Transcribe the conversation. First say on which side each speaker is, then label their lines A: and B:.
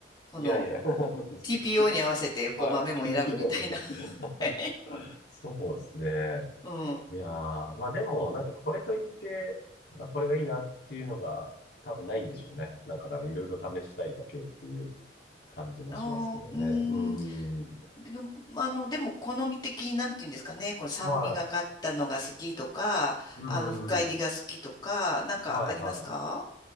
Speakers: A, on the left (about 25°); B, on the left (about 60°).
A: この
B: いやいや、<laughs> そうですけど
A: TPO に合わせて、こう、
B: はい、
A: 豆も選ぶみたいな。
B: PPR。
A: <laughs>
B: <laughs> そうですね。
A: うん。
B: いやー、まあでも、なんかこれといって、まあ、これがいいなっていうのが多分ないんでしょうね。なんかだからいろいろ試したいだけっていう感じもしますけどね。
A: あー、うー
B: うーん。
A: ん、でも、あの、でも、好み的に、なんて言うんですかね、この酸味がかったのが好きとか、
B: はい。うんうんうん。
A: あの、深入りが好きとか、なんかありますか
B: はいはい。